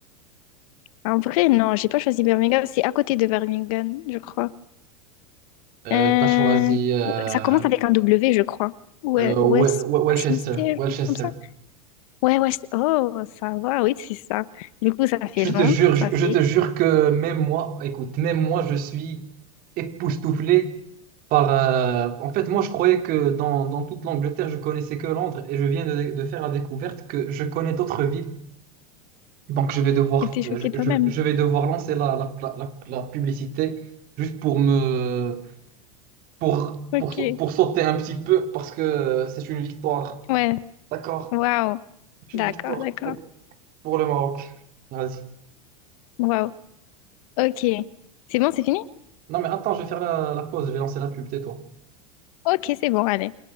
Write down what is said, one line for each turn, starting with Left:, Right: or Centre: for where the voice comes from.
Left: En vrai, non, j'ai pas choisi Birmingham. C'est à côté de Birmingham, je crois.
Right: Euh,
Left: Euh,
Right: t'as choisi euh,
Left: ouais, Ça commence avec un W, je crois. Ouais,
Right: euh,
Left: West...
Right: Wel- Wel- Welchester
Left: Westminster,
Right: Welchester.
Left: comme ça. Ouais, West... Oh, ça va, oui, c'est ça. Du coup, ça fait
Right: Je
Left: Londres,
Right: te jure,
Left: ça
Right: je,
Left: fait...
Right: je te jure que même moi, écoute, même moi, je suis époustouflé par... euh, En fait, moi, je croyais que dans, dans toute l'Angleterre, je connaissais que Londres et je viens de, de faire la découverte que je connais d'autres villes. Donc, je vais devoir,
Left: Tu t'es
Right: je,
Left: choquée toi-même.
Right: je- je vais devoir lancer la, la, la, la- la publicité juste pour me... Pour,
Left: Ok.
Right: pour, pour sauter un petit peu parce que euh, c'est une victoire.
Left: Ouais,
Right: D'accord?
Left: waouh.
Right: C'est
Left: D'accord,
Right: une victoire
Left: d'accord.
Right: pour, pour le Maroc. Vas-y.
Left: Waouh. Ok. C'est bon, c'est fini?
Right: Non, mais attends, je vais faire la, la pause, je vais lancer la pub, tais-toi.
Left: Ok, c'est bon, allez.